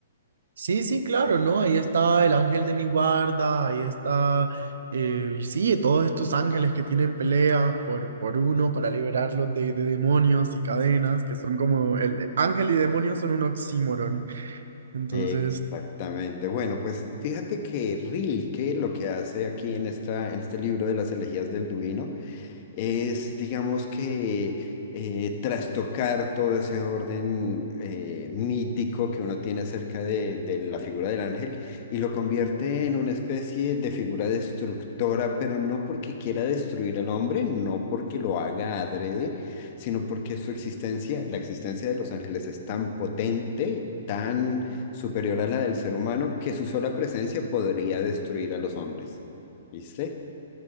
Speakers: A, on the right (about 70°); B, on the left (about 45°).
A: Sí, sí, claro, ¿no? Ahí está el ángel de mi guarda, ahí está, eh, sí, todos estos ángeles que tienen peleas por, por uno para liberarlos de, de demonios y cadenas, que son como el ángel y demonio son un oxímoron. Entonces,
B: Exactamente. Bueno, pues fíjate que Rilke lo que hace aquí en esta, en este libro de las elegías del Duino es, digamos que, eh, trastocar todo ese orden eh, mítico que uno tiene acerca de, de la figura del ángel y lo convierte en una especie de figura destructora, pero no porque quiera destruir al hombre, no porque lo haga adrede, sino porque su existencia, la existencia de los ángeles es tan potente, tan superior a la del ser humano, que su sola presencia podría destruir a los hombres. ¿Viste?